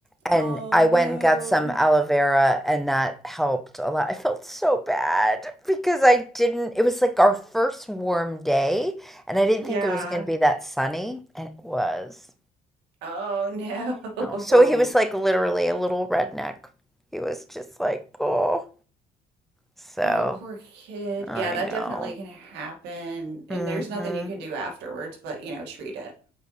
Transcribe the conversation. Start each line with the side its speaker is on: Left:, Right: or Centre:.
Centre: And
Right: Oh
Centre: I
Right: no.
Centre: went and got some aloe vera, and that helped a lot. I felt so bad because I didn't, it was like our first warm day, and I didn't
Right: Yeah.
Centre: think it was going to be that sunny, and it was.
Right: Oh <laughs>
Centre: You know? So
Right: no.
Centre: he was like literally a little redneck. He was just like, oh. So
Right: Oh, poor kid.
Centre: I
Right: Yeah, that
Centre: know.
Right: definitely can happen. And
Centre: mm
Right: there's nothing you can do afterwards, but you know, treat it.